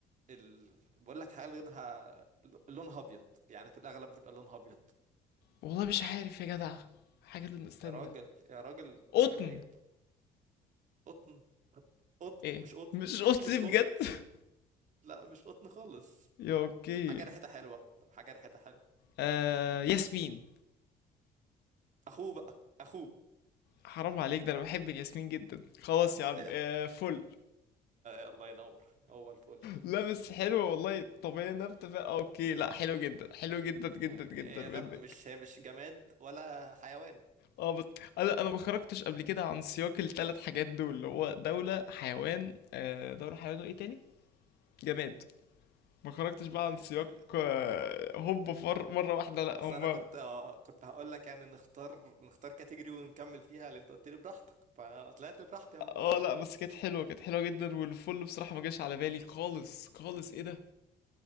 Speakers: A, on the right (about 45°); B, on the left (about 75°).
A: ال... بقول لك حاجة لونها لونها أبيض يعني في الأغلب بتبقى لونها أبيض
B: والله مش عارف يا جدع حاجه اللي استنى
A: يا راجل يا راجل
B: قطن
A: يا راجل عيب قطن قطن
B: ايه
A: مش قطن
B: مش قطن
A: <laughs> مش قطن
B: بجد <laughs>
A: لا مش قطن خالص
B: يا اوكي
A: حاجة ريحتها حلوة طب حاجة ريحتها حلوة
B: آه ياسمين
A: أخوه بقى أخوه
B: حرام عليك ده انا بحب الياسمين جدا خلاص يا
A: أ-
B: عم
A: أ-
B: آه فل
A: الله ينور هو الفل
B: لابس حلو والله طبيعي نبتة بقى اوكي لا حلو جدا حلو جدا جدا
A: يعني
B: جدا منك
A: انا مش هي مش جماد ولا حيوان
B: اه بس انا انا ما خرجتش قبل كده عن سياق الثلاث حاجات دول اللي هو دوله حيوان آه، دوله حيوان وايه تاني جماد ما خرجتش بقى
A: يعني
B: عن سياق آه، هوب فر مره واحده لا
A: اصل
B: هما
A: انا كنت آه، كنت هقول لك يعني نختار نختار كاتيجوري ونكمل فيها اللي انت قلت لي براحتك فانا طلعت براحتي اهو
B: اه لا بس كانت حلوه كانت حلوه جدا والفل بصراحه ما جاش على بالي خالص خالص ايه ده